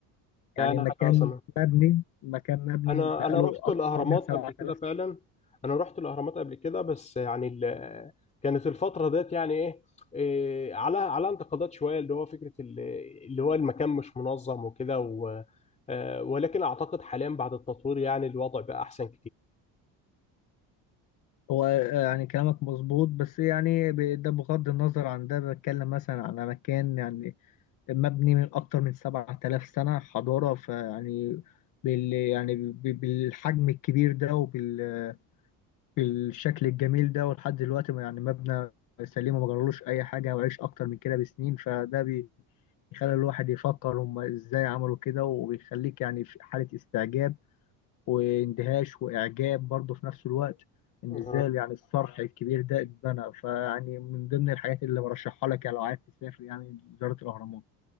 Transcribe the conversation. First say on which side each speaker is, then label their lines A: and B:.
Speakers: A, on the left (about 20°); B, on the left (about 55°).
A: فانا
B: يعني مكان
A: حاجه عظمه
B: مبني مكان مبني
A: انا
B: بقاله
A: انا رحت
B: أكتر
A: الاهرامات
B: من 7000
A: قبل كده فعلا
B: سنة
A: انا رحت الاهرامات قبل كده بس يعني ال... كانت الفتره ديت يعني ايه إيه، على على انتقادات شويه اللي هو فكره ال- اللي هو المكان مش منظم وكده و... آه، ولكن اعتقد حاليا بعد التطوير يعني الوضع بقى احسن
B: هو آه، يعني كلامك مظبوط بس يعني ب- ده بغض النظر عن ده بتكلم مثلا على مكان يعني مبني من أكتر من 7000 سنة حضارة فيعني بال يعني ب- بالحجم الكبير ده وبال بالشكل الجميل ده ولحد دلوقتي ما- يعني مبنى سليم وما جرالوش اي حاجه وعيش اكتر من كده بسنين فده بي- بيخلي الواحد يفكر هم ازاي عملوا كده وبيخليك يعني في حاله استعجاب واندهاش واعجاب برضه في نفس الوقت ان
A: كتير
B: ازاي يعني الصرح الكبير ده اتبنى فيعني من ضمن الحاجات اللي برشحها لك يعني لو عايز تسافر يعني زياره الاهرامات